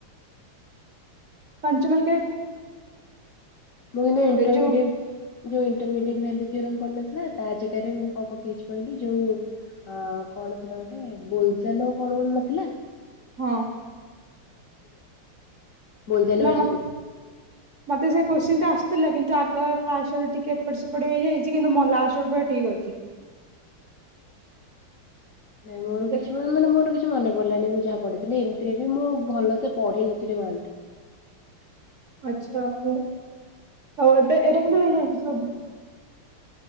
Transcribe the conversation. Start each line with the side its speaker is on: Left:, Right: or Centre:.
Right: ପାଞ୍ଚ ମାର୍କ
Left: ମୁଁ ଏଇନେ ଇଣ୍ଟରମିଡିଏ
Right: ଏଇ ଯୋଉ
Left: ଯଉ ଇଣ୍ଟରମିଡିଏଟ ଭ୍ୟାଲୁ ଥିଅରମ୍ ପଡିନଥିଲା ତା ଜାଗାରେ ମୁଁ କଣ ପକେଇଚି କହିଲୁ ଯଉ ଅ- କଣ ସେଟା ଗୋଟେ ବୋଲ୍ ଜାନୋ କଣ ଗୋଟେ ନଥିଲା?
Right: ହଁ
Left: <unintelligible>
Right: ନା ମ <inaudible> ମତେ ସେଇ କୋଶ୍ଚିନ୍ ଟା ଆସୁଥିଲା କିନ୍ତୁ ଆଗ ଫାଷ୍ଟ୍ ଆଡୁ ଟିକେ ଏପଟ୍ ସେପଟ୍ ହେଇଯାଇଚି କିନ୍ତୁ ମ ଲାଷ୍ଟ ଆଡୁ ପୁରା ଠିକ୍ ଅଛି।
Left: ନାଇଁ ମୋର
Right: ଦେଖ
Left: କିଛି- ମାନେ ମୋର କିଛି ମନେ ପଡିଲାନି ମୁଁ ଯାହା ପଢିଥିଲି। ହେଲେ ଏମିତିରେ ବି ମୁଁ ଭଲ ସେ ପଢି ନଥିଲି ୱାନ୍ ଟା।
Right: ଆଚ୍ଛା ମୁଁ ଆଉ ଏବେ ଏଇଟା କିନ୍ତୁ ହେଇଯାଇଚି ସବୁ। <inaudible>